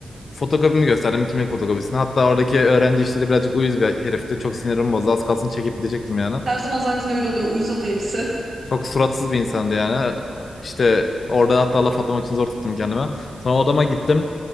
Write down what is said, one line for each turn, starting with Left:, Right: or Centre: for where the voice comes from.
Left: fotokopimi gösterdim kimlik fotokopisini. Hatta oradaki öğrenci işleri birazcık uyuz bir herifti. Çok sinirim bozdu. Az kalsın çekip gidecektim yani.
Right: Her zaman zaten öyle oluyor. Uyuz oluyor hepsi.
Left: Çok suratsız bir insandı yani. İşte orada hatta laf atmak için zor tuttum kendime. Sonra odama gittim.